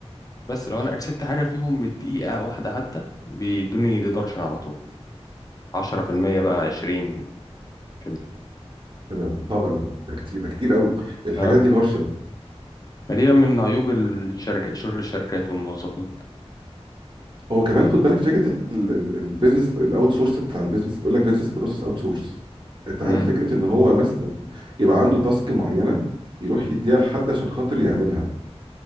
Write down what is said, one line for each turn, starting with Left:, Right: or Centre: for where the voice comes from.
Left: بس لو انا ارسلت حاجه فيهم بالدقيقه واحده حتى بيدوني ديدكشن على طول 10% بقى 20 كده
Right: ده ده صعب قوي ده كتير ده كتير قوي الحاجات
Left: ها
Right: دي هرشه
Left: ما دي بقى من عيوب الشركة شغل الشركات والموظفين
Right: هو كمان خد بالك فكره البيزنس الاوت سورس بتاع البيزنس بيقول لك بيزنس بروسيس اوت سورس انت
Left: امم
Right: عارف فكره ان هو مثلا يبقى عنده تاسك معينه يروح يديها لحد عشان خاطر يعملها